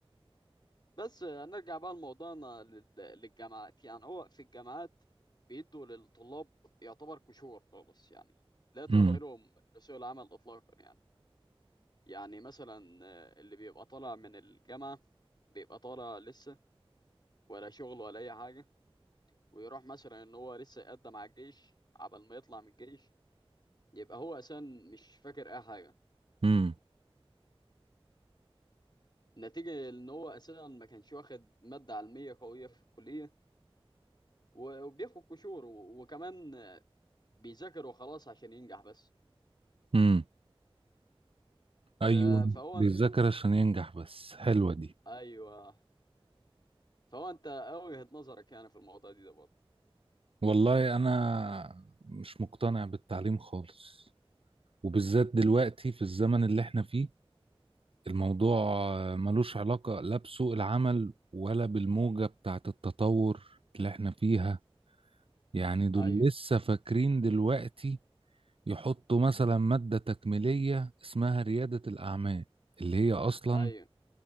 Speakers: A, on the left; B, on the right.
A: بس نرجع بقى لموضوعنا لل- للجامعات يعني هو في الجامعات بيدوا للطلاب يعتبر كشور خالص يعني لا تؤهلهم
B: امم
A: لسوق العمل اطلاقا يعني يعني مثلا آه، اللي بيبقى طالع من الجامعة بيبقى طالع لسه ولا شغل ولا اي حاجة ويروح مثلا ان هو لسه يقدم على الجيش عبل ما يطلع من الجيش يبقى هو اساسا مش فاكر اي حاجه
B: امم
A: نتيجه ان هو اساسا ما كانش واخد ماده علميه قويه في الكليه و- وبياخد قشور و- وكمان بيذاكر وخلاص عشان ينجح بس
B: امم ايوه
A: ف... فهو
B: بيذاكر
A: انت
B: عشان ينجح بس حلوة دي
A: ايوه فهو انت وجهه نظرك يعني في الموضوع دي ده برضه
B: والله انا مش مقتنع بالتعليم خالص وبالذات دلوقتي في الزمن اللي احنا فيه الموضوع آه، ملوش علاقة لا بسوق العمل ولا بالموجة بتاعت التطور اللي احنا فيها يعني دول
A: ايوه
B: لسه فاكرين دلوقتي يحطوا مثلا مادة تكميلية اسمها ريادة الأعمال اللي هي أصلا
A: ايوه